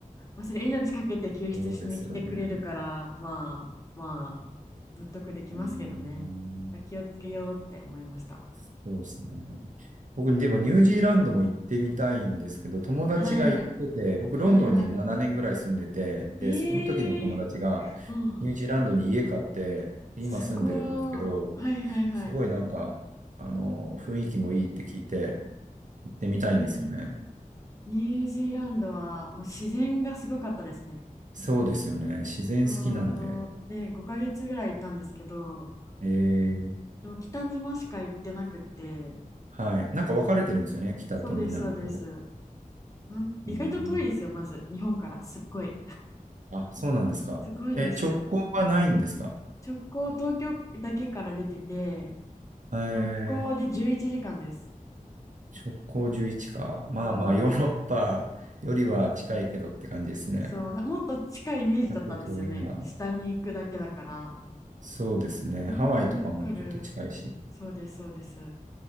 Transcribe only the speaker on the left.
まあそれ命かけて救出しに来てくれるから、
まあまあ、納得できますけどね。
気をつけようって思いました。
はい。
はいはいは
い。ええー、
お、
すごい。はいはいはい。
ええニュージーランドはもう自然がすごかったですね。
うーん。で、5ヶ月ぐらい行ったんですけど、
でも北島しか行ってなくって、
そうです、そうです。なん、意外と遠いですよ、
まず、日本から、すっごい。
すごいです。
直行、東京だけから出てて、
直行で11時間です。
うん。
そう、なもっと近いイメージだったんですよね。
下に行くだけだから。
そんなにかかる
そうです、そうです。